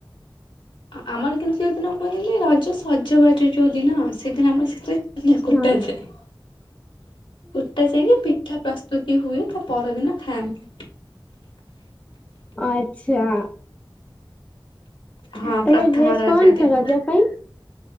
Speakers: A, on the left (about 70°); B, on the left (about 15°).
A: ଆମର କିନ୍ତୁ ଯେଉଁଦିନ କୁହନ୍ତିନି ରଜ ସଜବାଜ ଯେଉଁ ଦିନ ସେଦିନ ଆମର ସେଥିରେ କୁଟା
B: ହଁ
A: ଯାଏ। କୁଟା ଯାଇକି ପିଠା ପ୍ରସ୍ତୁତି ହୁଏ ତା ପରଦିନ ଖାଆନ୍ତି।
B: ଆଚ୍ଛା।
A: ହଁ
B: ତମେ
A: ପ୍ରଥମ
B: ଡ୍ରେସ
A: ରଜଦିନ।
B: କଣ ଆଣିଛ ରଜ ପାଇଁ?